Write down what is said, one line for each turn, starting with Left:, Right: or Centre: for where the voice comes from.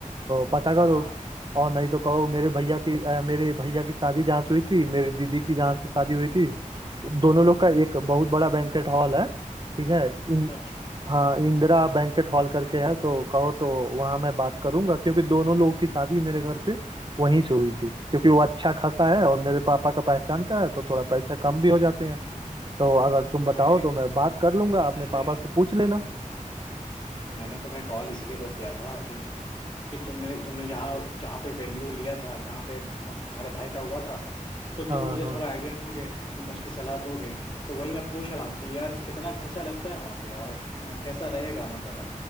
Right: तो पता करो
Left: हाँ
Right: और नहीं तो कहो मेरे भैया की अ, मेरे भैया की शादी जहाँ से हुई थी मेरी दीदी की जहाँ से शादी हुई थी दोनों लोग का एक बहुत बड़ा बैंकेट हॉल है ठीक है इन
Left: अच्छा अच्छा
Right: हाँ इंदिरा बैंकेट हॉल करके है तो कहो तो वहाँ मैं बात करूंगा क्योंकि दोनों लोग की शादी मेरे घर पे वहीं से हुई थी क्योंकि वो अच्छा खासा
Left: अच्छा
Right: है और मेरे पापा का पहचान का है तो थोड़ा पैसा कम भी हो जाते हैं तो अगर तुम बताओ
Left: भाई
Right: तो मैं बात कर लूंगा अपने
Left: मैंने
Right: पापा से पूछ लेना
Left: मैंने तुम्हें कॉल इसलिए तो किया था कि, कि तुमने तुमने जहाँ जहाँ पे वेन्यू लिया था जहाँ पे अब तुम्हारे भाई का हुआ था तो तुम
Right: हाँ
Left: मुझे
Right: हाँ
Left: थोड़ा आइडिया दोगे तुम उसकी सलाह दोगे तो वही मैं पूछ रहा हूँ कि यार कितना खर्चा लगता है वहाँ पे और अ, कैसा रहेगा मतलब